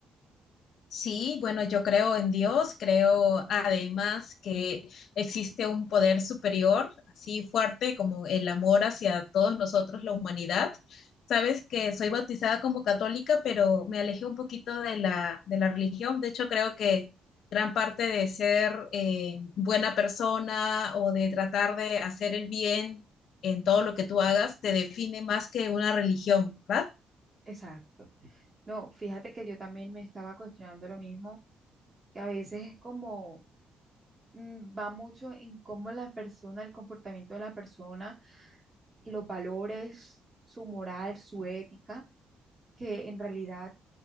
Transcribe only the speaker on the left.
Sí, bueno, yo creo en Dios, creo además que existe un poder superior, así fuerte como el amor hacia todos nosotros, la humanidad. Sabes que soy bautizada como católica, pero me alejé un poquito de la, de la religión. De hecho, creo que gran parte de ser eh, buena persona o de tratar de hacer el bien en todo lo que tú hagas te define más que una religión, ¿verdad?